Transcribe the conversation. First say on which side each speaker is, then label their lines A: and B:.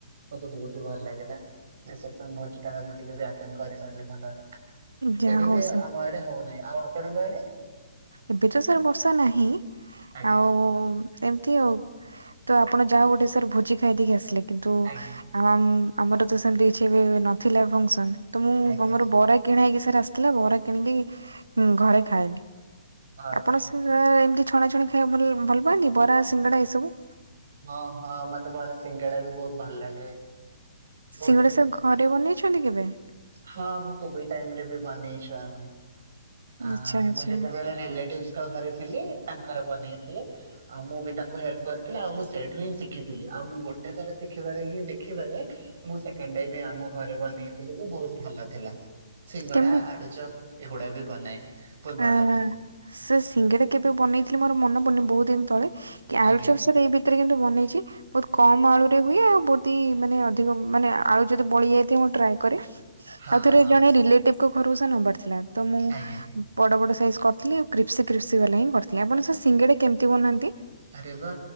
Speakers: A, on the right; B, on the right.
A: ମତେ ବହୁତ ଭଲ ଲାଗିଲା। ନା ସେଟା ମୋର ଟୀକା, ମୁଁ ଟିକେ ଏବେ ଆଟେଣ୍ଡ କରିପାରିଲି ଭଲରେ।
B: ଯାହା
A: ଏବେ
B: ହଉ
A: ବି
B: ସାର୍
A: ଆମ ଆଡେ ହଉନାହିଁ। ଆଉ ଆପଣଙ୍କ ଆଡ଼େ?
B: ଏବେ ତ ସାର ବର୍ଷା ନାହିଁ।
A: ଆଜ୍ଞା
B: ଆଉ ଏମିତି ଆଉ। ତ ଆପଣ ଯା ହେଉ ଗୋଟେ ସାର୍ ଭୋଜି ଖାଇଦେଇକି ଆସିଲେ। କିନ୍ତୁ
A: ଆଜ୍ଞା
B: ଆମ୍ ଆମର ତ ସେମିତି କିଛିବି ନଥିଲା ଫଙ୍ଗ୍ସନ। ତ ମୁଁ
A: ଆଜ୍ଞା
B: ବମରୁ ବରା କିଣା ହେଇକି ସାର ଆସିଥିଲା ବରା କିଣିକି ଘରେ ଖାଏନି,
A: ଆଚ୍ଛା।
B: ଆପଣ ସାର ଏମତି ଛଣା ଛଣି ଖାଇବା ଭଲ-ଭଲ ପାଆନ୍ତି, ବରା ସିଙ୍ଗଡ଼ା ଏଇ ସବୁ।
A: ହଁ ହଁ ମତେ ବରା ସିଙ୍ଗେଡା ବି ବହୁତ ଭଲ ଲାଗେ।
B: ସିଙ୍ଗଡ଼ା
A: ବହୁତ ଭଲ
B: ସାର
A: ଲାଗେ
B: ଘରେ ବନେଇଛନ୍ତି କେବେ?
A: ହଁ ମୁଁ କୋଭିଡ ଟାଇମ୍ ରେ ବି ବନେଇଛୁ ଆମେ। ଆ
B: ଆଚ୍ଛା ଆଚ୍ଛା
A: ମୁ ଯେତେବେଳେ ରିଲେଟିସ୍ଭ୍ ଙ୍କ ଘରେ ଥି ଥିଲି। ତାଙ୍କର ବନେଇଥିଲେ ଆଉ, ମୁଁ ବି ତାଙ୍କୁ ହେଲ୍ପ କରିଥିଲି। ଆଉ ମୁଁ ସେଇଠୁ ହିଁ ଶିଖିଥିଲି। ଆଉ ମୁଁ ଗୋ ଟେ, ଥର ଶିଖିବାରେ ହିଁ ଦେଖିବାରେ, ମୁଁ ସେକଣ୍ଡ ଟାଇମି ଆମ ଘରେ ବନେଇଥିଲି, ବହୁତ ଭଲ ଥିଲା। ସିଙ୍ଗଡ଼ା,
B: କେମିତି
A: ଆଳୁ ଚପ୍ ଏଗୁଡା ବି ବନାଏ। ବହୁତ
B: ଆ,
A: ଭଲ ଥିଲା
B: ସେ ସିଙ୍ଗିଡ଼ା କେବେ ବନେଇଥିଲେ ମୋର ମନେ ପଡ଼ୁନି ବହୁତ ଦିନ ତଳେ। କି ଆଳୁ
A: ଆଜ୍ଞା
B: ଚପ୍ ସାର ଏ ବି ତୀରେ, କିନ୍ତୁ ବନେଇଛି। ବହୁତ କମ ଆଳୁରେ ବି ହୁଏ। ଆଉ ବହୁତି ମାନେ ଅଧିକ ମାନେ ଆଳୁ ଯଦି ବଳି ଯାଇଥିବ ମୁଁ ଟ୍ରାଏ କରେ।
A: ହଁ
B: ଆଉ ଥରେ
A: ହଁ
B: ଜଣେ ରିଲେଟିଭ୍ ଙ୍କ ଘରୁ ସେ ନବାର ଥିଲା, ତ ମୁଁ
A: ଆଜ୍ଞା।
B: ବଡ଼ ବଡ଼ ସାଇଜ୍ କରିଥିଲେ ଆଉ କ୍ରିପ୍ସି କ୍ରିପ୍ସି ବାଲା ହିଁ କରିଥିଲେ। ଆପଣ ସେ ସିଙ୍ଗେଡା କେମିତି ବନାନ୍ତି?
A: ଆରେ ବା।